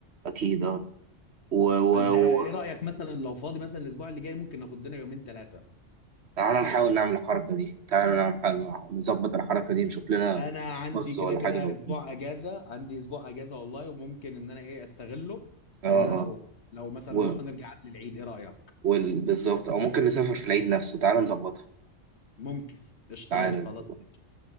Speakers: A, on the right; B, on the left.
A: اكيد اه و و
B: فانت ايه
A: و
B: رايك مثلا لو فاضي مثلا الاسبوع اللي جاي ممكن ناخد لنا يومين ثلاثه
A: تعالى نحاول نعمل الحركه دي تعالى نعمل حاجة- نظبط الحركه دي نشوف لنا
B: انا عندي
A: بص
B: كده
A: ولا
B: كده
A: حاجه هو
B: اسبوع اجازه عندي اسبوع اجازه والله وممكن ان انا ايه استغله
A: اه
B: في ان انا
A: اه
B: اروح لو مثلا
A: و
B: نروح نرجع قبل العيد ايه رايك
A: وال- بالظبط او ممكن نسافر في العيد نفسه تعالى نظبطها
B: ممكن قشطات
A: تعالى
B: خلاص
A: نظبطها
B: ماشي.